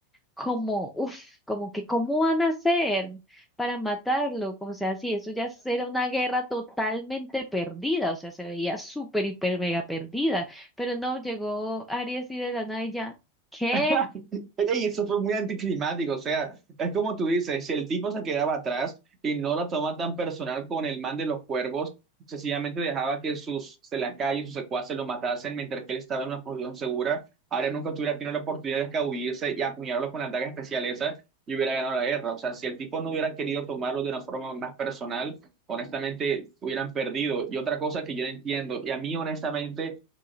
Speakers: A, in the centre; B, on the right.
A: como, uff, como que cómo van a hacer para matarlo, como sea así, eso ya era una guerra totalmente perdida, o sea, se veía súper, hiper, mega perdida, pero no, llegó Aries y de la nada y ya, ¿qué?
B: <laughs> Ey, eso fue muy anticlimático, o sea, es como tú dices, si el tipo se quedaba atrás y no la toma tan personal con el man de los cuervos, sencillamente dejaba que sus selacayos, sus secuaces lo matasen mientras que él estaba en una posición segura, ahora nunca tuviera tenido la oportunidad de escabullirse y acuñarlo con la daga especial esa y hubiera ganado la guerra. O sea, si el tipo no hubiera querido tomarlo de una forma más personal, honestamente hubieran perdido. Y otra cosa que yo no entiendo, y a mí honestamente...